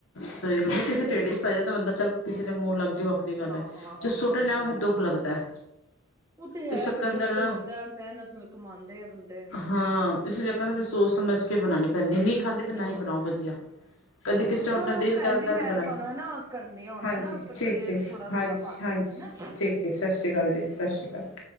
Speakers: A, on the left (about 75°); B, on the right (about 15°).
A: ਸਹੀ ਗੱਲ ਆ ਕਿਸੇ
B: ਨੂੰ
A: ਦੇ
B: ਦੇਈਏ।
A: ਢਿੱਡ ਵਿੱਚ ਪੈ ਜਾਵੇ ਤਾਂ ਬੰਦਾ ਚਲ ਕਿਸੇ ਦੇ ਮੂੰਹ ਲਗਦੀ ਵੱਖਰੀ ਗੱਲ
B: ਹਾਂ
A: ਐ।
B: ਹਾਂ
A: ਜਦੋ
B: ਹਾਂ
A: ਸੁੱਟ ਦੇ ਤਾਂ ਫਿਰ ਦੁੱਖ ਲੱਗਦਾ। <inaudible>
B: ਉਹ ਤੇ
A: ਇਸ
B: ਏ
A: ਚੱਕਰ
B: ਫਿਰ
A: ਅੰਦਰ
B: ਦੁੱਖ ਤੇ
A: ਨਾ
B: ਲੱਗਦਾ ਮਿਹਨਤ ਨਾਲ ਕਮਾਂਦੇ ਆ ਬੰਦੇ।
A: ਹਾਂ ਇਸ ਜਗਾ ਤੇ ਅਫਸੋਸ ਸਮਝ ਕੇ
B: ਚਲ
A: ਬਣਾਣੀ ਪੈਦੀ ਨਹੀਂ ਖਾਦੇ
B: ਹਾਂ
A: ਤੇ ਨਾ ਹੀ ਬਣਾਓ ਵਧੀਆ। ਕਦੇ
B: ਹਾਂ
A: ਕਿਸੇ ਨੂੰ
B: ਚਲੋ
A: ਆਪਣਾ ਦਿਲ
B: ਭੈਣ
A: ਕਰ
B: ਜੀ ਮੈਂ
A: ਬਣਾ
B: ਤੁਹਾਨੂੰ
A: ਲ
B: ਹਨਾ ਕਰਨੀ ਆ ਹੁਣੇ
A: ਹਾਂਜੀ
B: ਨਾ ਬੱਚੇ
A: ਜੀ ਜੀ
B: ਥੋੜਾ ਰੌਲਾ
A: ਹਾਂਜੀ
B: ਪਾਉਂਦੇ
A: ਹਾਂਜੀ
B: ਪਏ ਨੇ ਹਨਾ।
A: ਜੀ ਜੀ, ਸ਼ਸ਼ੀ ਕਾਲ। ਸ਼ਸ਼ੀ ਕਾਲ।